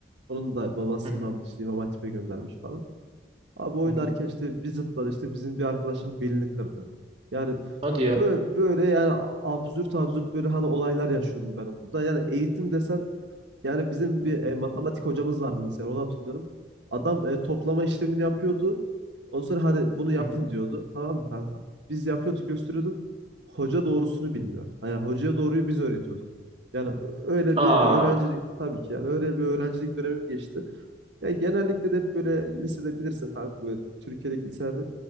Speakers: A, on the right (about 80°); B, on the right (about 35°).
A: Onun da babası
B: Hı
A: imam,
B: hı,
A: işte İmam Hatip'e göndermiş falan. Abi oynarken
B: hı hı.
A: işte bir zıpladı işte bizim bir arkadaşın belini kırdı. Yani
B: O diyor.
A: böyle, böyle yani absürt absürt böyle hani olaylar yaşıyordum ben okulda. Yani eğitim desen yani bizim bir e, matematik hocamız vardı mesela onu hatırlıyorum. Adam e, toplama işlemini yapıyordu. Ondan sonra hani bunu yapın
B: Hı hı.
A: diyordu. Tamam mı kanka? Biz yapıyorduk gösteriyorduk. Hoca doğrusunu bilmiyor. Yani hocaya doğruyu biz öğretiyorduk. Yani öyle
B: Aa.
A: bir öğrencilik tabii ki yani öyle bir öğrencilik dönemim geçti. Yani genellikle de hep böyle lisede bilirsin kanka böyle Türkiye'deki liselerde